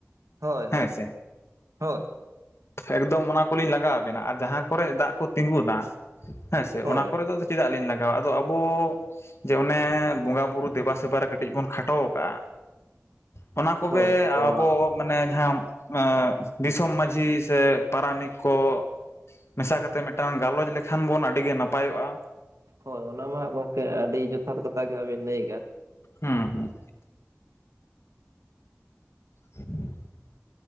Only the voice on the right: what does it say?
ᱦᱳᱭ
ᱦᱳᱭ,
ᱦᱳᱭ᱾
ᱦᱳᱭ
ᱦᱳᱭ ᱟᱫᱚ
ᱦᱳᱭ, ᱚᱱᱟ ᱢᱟᱦᱟᱸᱜ ᱜᱚᱝᱠᱮ ᱟᱹᱰᱤ ᱡᱚᱛᱷᱟᱛ ᱠᱟᱛᱷᱟ ᱜᱮ ᱦᱟᱜ ᱟᱵᱮᱱ ᱞᱟᱹᱭ ᱠᱟᱱ᱾